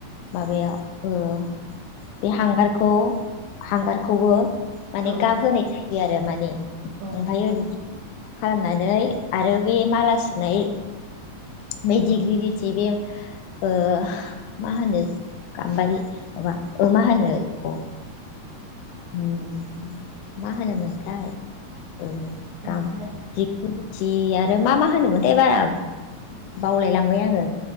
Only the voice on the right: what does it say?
औ
औ
माखौबा